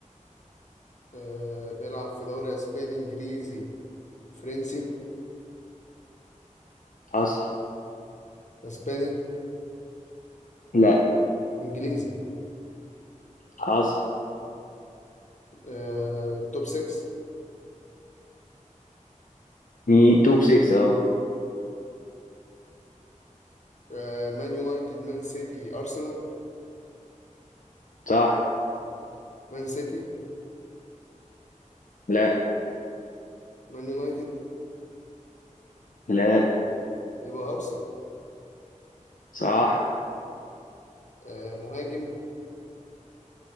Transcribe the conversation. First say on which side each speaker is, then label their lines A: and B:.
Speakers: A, on the left; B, on the left.
A: أه بيلعب في دوري اسباني انجليزي فرنسي
B: حصل
A: اسباني
B: لا
A: انجليزي
B: حصل
A: آه، توب 6
B: مي- توب 6 اه
A: آه، مان يونايتد مان سيتي ارسنال
B: صح
A: مان سيتي
B: لا
A: مان يونايتد
B: لا
A: يبقى ارسنال
B: صح
A: آه، مهاجم